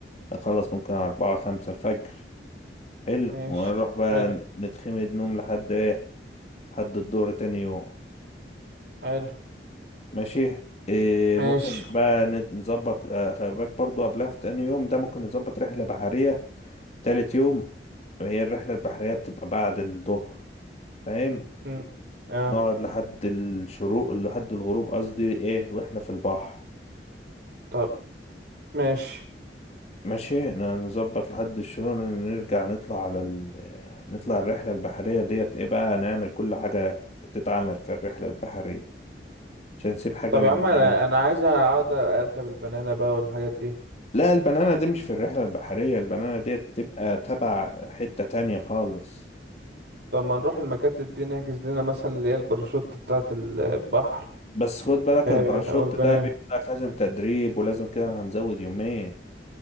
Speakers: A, on the left; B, on the right.
A: نخلص ممكن أربعة خمسة الفجر حلو
B: ماشي
A: ونروح بقى
B: حلو
A: نتخمد نوم لحد ايه لحد الظهر تاني يوم
B: حلو
A: ماشي إيه
B: ماشي
A: ممكن بقى نت- نظبط آه، خلي بالك برضو قبلها في تاني يوم ده ممكن نظبط رحلة بحرية تالت يوم هي الرحلة البحرية بتبقى بعد الظهر فاهم
B: امم اه
A: نقعد لحد الشروق لحد الغروب قصدي ايه واحنا في البحر
B: طب ماشي
A: ماشي ن- نظبط لحد الشروق ن- نرجع نطلع على ال... نطلع الرحلة البحرية ديت ايه بقى نعمل كل حاجة تتعمل في الرحلة البحرية عشان نسيب حاجة
B: طب
A: لما
B: يا عم انا
A: نعمل
B: انا عايز اقعد اركب البنانه بقى والحاجات دي
A: لا البنانة دي مش في الرحلة البحرية البنانة ديت بتبقى تبع حتة تانية خالص
B: طب ما نروح المكاتب دي نحجز لنا مثلا اللي هي الباراشوت بتاعه البحر
A: بس خد بالك
B: آه،
A: الباراشوت
B: او البنانه
A: ده بيقول لك لازم تدريب ولازم كده هنزود يومين